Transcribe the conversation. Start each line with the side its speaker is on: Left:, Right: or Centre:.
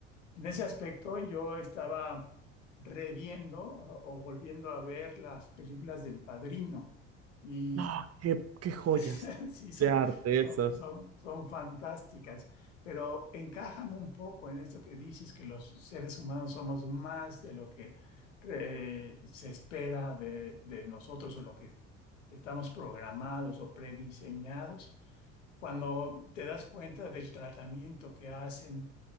Left: En ese aspecto, yo estaba reviendo o, o volviendo a ver las películas del Padrino y
Right: No, qué, qué joyas
Left: <laughs> Sí, son,
Right: de arte
Left: son,
Right: esas.
Left: son, son fantásticas, pero encajan un poco en esto que dices, que los seres humanos somos más de lo que eh, se espera de, de nosotros o lo que estamos programados o prediseñados cuando te das cuenta del tratamiento que hacen,